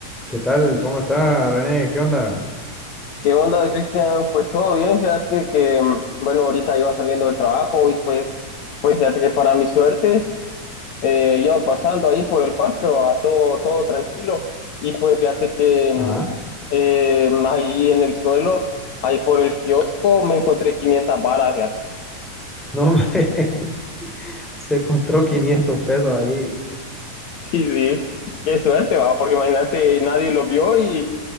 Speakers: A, in the centre; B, on the left (about 65°).
A: ¿Qué tal? ¿Cómo está, René? ¿Qué onda?
B: ¿Qué onda, Cristian? Pues todo bien, fíjate que, mm, bueno, ahorita iba saliendo del trabajo y pues, pues fíjate que para mi suerte eh, iba pasando ahí por el parque, va, todo, todo tranquilo. Y pues fíjate que
A: Ajá.
B: mm, eh, ahí en el suelo, ahí por el kiosco, me encontré 500 varas, fíjate. <laughs>
A: No, hombre, <laughs> se encontró 500 pesos ahí.
B: Sí, sí, qué suerte, va, porque imagínate, nadie lo vio y,